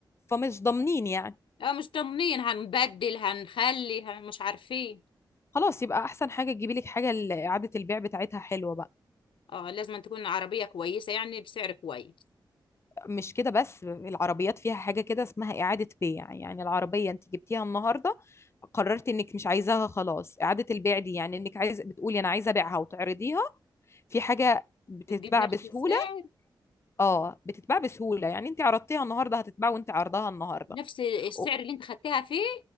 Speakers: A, on the left; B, on the left.
A: فمش ضامنين يعني
B: اه مش طمنين هنبدل هنخلي هن- مش عارفين
A: خلاص يبقى احسن حاجه تجيبي لك حاجه ل- اعاده البيع بتاعتها حلوه بقى
B: اه لازم تكون عربية كويسة يعني بسعر كويس
A: مش كده بس العربيات فيها حاجه كده اسمها اعاده بيع يعني العربيه انت جبتيها النهارده قررت انك مش عايزاها خلاص اعاده البيع دي يعني انك عايز بتقولي انا عايزه ابيعها وتعرضيها في حاجه بتتباع
B: بتجيب نفس
A: بسهوله
B: السعر
A: اه بتتباع بسهوله يعني انت عرضتيها النهارده هتتباع وانت عرضها النهارده
B: نفس السعر
A: أو-
B: اللي انت خدتها فيه